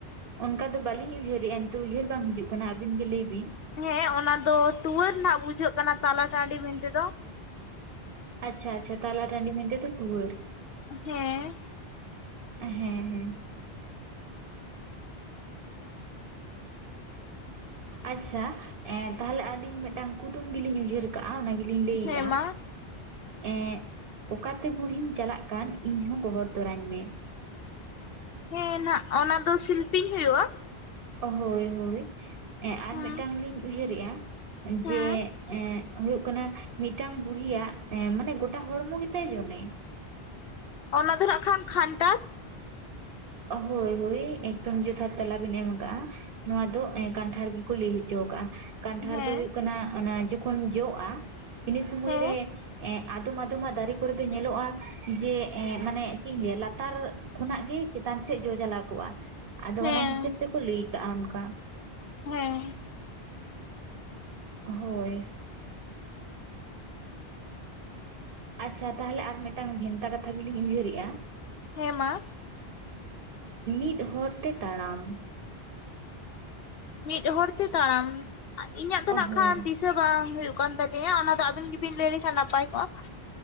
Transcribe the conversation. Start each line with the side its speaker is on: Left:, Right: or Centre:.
Right: ᱚᱱᱠᱟ ᱫᱚ ᱵᱟᱞᱤᱧ ᱩᱭᱦᱟᱹᱨᱮᱜ-ᱟ ᱱᱤᱛᱩ ᱩᱭᱦᱟᱹᱨ ᱵᱟᱝ ᱦᱤᱡᱩᱜ ᱠᱟᱱᱟ ᱟᱹᱵᱤᱱ ᱜᱮ ᱞᱟᱹᱭ ᱵᱤᱱ
Left: ᱦᱮᱸ ᱚᱱᱟ ᱫᱚ ᱴᱩᱣᱟᱹᱨ ᱱᱟᱦᱜ ᱵᱩᱡᱷᱟᱹᱜ ᱠᱟᱱᱟ ᱛᱟᱞᱟ ᱴᱟᱺᱰᱤ ᱢᱮᱱᱛᱮᱫᱚ
Right: ᱟᱪᱪᱷᱟ ᱟᱪᱪᱷᱟ ᱛᱟᱞᱟ ᱴᱟᱸᱰᱤ ᱢᱮᱱᱛᱮᱫᱚ ᱴᱩᱣᱟᱹᱨ
Left: ᱦᱮᱸ
Right: ᱦᱮᱸ ᱦᱮᱸ ᱟᱪᱪᱷᱟ ᱮᱸ ᱛᱟᱦᱞᱮ ᱟᱹᱞᱤᱧ ᱢᱤᱫᱴᱟᱝ ᱠᱩᱫᱩᱢ ᱜᱮᱞᱤᱧ ᱩᱭᱦᱟᱹᱨ ᱠᱟᱜᱼᱟ ᱚᱱᱟ ᱜᱮᱞᱤᱧ ᱞᱟᱹᱭᱮᱜ-ᱟ
Left: ᱦᱮᱸ ᱢᱟ
Right: ᱮᱜ ᱚᱠᱟᱛᱮ ᱵᱩᱲᱦᱤᱢ ᱪᱟᱞᱟᱜ ᱠᱟᱱ ᱤᱧ ᱦᱚᱸ ᱜᱚᱦᱚᱲ ᱛᱚᱨᱟᱧ ᱢᱮ
Left: ᱦᱮᱸ ᱱᱟᱦᱜ ᱚᱱᱟ ᱫᱚ ᱥᱤᱞᱯᱤᱧ ᱦᱩᱭᱩᱜᱼᱟ
Right: ᱦᱳᱭ ᱦᱳᱭ ᱮᱜ ᱟᱨ
Left: ᱦᱮᱸ
Right: ᱢᱤᱫᱴᱟᱝ ᱞᱤᱧ ᱩᱭᱦᱟᱹᱨᱮᱜ-ᱟ
Left: ᱦᱮᱸ
Right: ᱡᱮ ᱮᱜ ᱦᱩᱭᱩᱜ ᱠᱟᱱᱟ ᱢᱤᱫᱴᱟᱝ ᱵᱩᱲᱦᱤᱭᱟᱜ ᱢᱟᱱᱮ ᱜᱚᱴᱟ ᱦᱚᱲᱢᱚ ᱜᱮᱛᱟᱭ ᱡᱚᱱᱮ
Left: ᱚᱱᱟ ᱫᱚ ᱱᱟᱜ ᱠᱷᱟᱱ ᱠᱷᱟᱱᱴᱟᱲ
Right: ᱦᱳᱭ ᱦᱳᱭ ᱮᱠᱫᱚᱢ ᱡᱚᱛᱷᱟᱛ ᱛᱮᱞᱟ ᱵᱤᱱ ᱮᱢ ᱠᱟᱜ-ᱟ᱾ ᱱᱚᱣᱟ ᱫᱚ ᱠᱟᱱᱴᱷᱟᱲ ᱜᱮᱠᱩ ᱞᱟᱹᱭ ᱦᱚᱪᱚᱣ ᱠᱟᱜ-ᱟ ᱠᱟᱱᱴᱷᱟᱲ
Left: ᱦᱮᱸ
Right: ᱫᱚ ᱦᱩᱭᱩᱜ ᱠᱟᱱᱟ ᱚᱱᱟ ᱡᱚᱠᱷᱚᱱ ᱡᱚᱜ-ᱟ ᱤᱱᱟᱹ ᱥᱩᱢᱟᱹᱭ
Left: ᱦᱮᱸ
Right: ᱨᱮ ᱮᱜ ᱟᱫᱚᱢ ᱟᱫᱚᱢᱟᱜ ᱫᱟᱨᱮ ᱠᱚᱨᱮ ᱫᱚ ᱧᱮᱞᱚᱜ-ᱟ ᱡᱮ ᱮ ᱢᱟᱱᱮ ᱪᱮᱜ ᱤᱧ ᱞᱟᱹᱭᱟ ᱞᱟᱛᱟᱨ ᱠᱷᱚᱱᱟᱜ ᱜᱮ ᱪᱮᱛᱟᱱ ᱥᱮᱫ ᱡᱚ ᱪᱟᱞᱟᱣ ᱠᱚᱜ-ᱟ ᱟᱫᱚ
Left: ᱦᱮᱸ
Right: ᱚᱱᱟ ᱦᱤᱥᱟᱹᱵ ᱛᱮᱠᱚ ᱞᱟᱹᱭ ᱠᱟᱜ-ᱟ ᱚᱱᱠᱟ
Left: ᱦᱮᱸ
Right: ᱦᱳᱭ ᱟᱪᱪᱷᱟ ᱛᱟᱦᱞᱮ ᱟᱨ ᱢᱤᱫᱴᱟᱝ ᱵᱷᱮᱱᱛᱟ ᱠᱟᱛᱷᱟ ᱜᱮᱞᱤᱧ ᱩᱭᱦᱟᱹᱨᱮᱜ-ᱟ
Left: ᱦᱮᱸ ᱢᱟ
Right: ᱢᱤᱫ ᱦᱚᱨᱛᱮ ᱛᱟᱲᱟᱢ
Left: ᱢᱤᱫ ᱦᱚᱲ ᱛᱮ ᱛᱟᱲᱟᱢ ᱤᱧᱟᱹᱜ ᱫᱚ ᱱᱟᱦᱜ
Right: ᱦᱳᱭ
Left: ᱠᱷᱟᱱ ᱫᱤᱥᱟᱹ ᱵᱟᱝ ᱦᱩᱭᱩᱜ ᱠᱟᱱ ᱛᱟᱹᱞᱤᱧᱟ ᱚᱱᱟ ᱫᱚ ᱟᱵᱤᱱ ᱜᱤᱵᱤᱱ ᱞᱟᱹᱭ ᱞᱮᱠᱷᱟᱱ ᱱᱟᱯᱟᱭ ᱠᱚᱜ-ᱟ᱾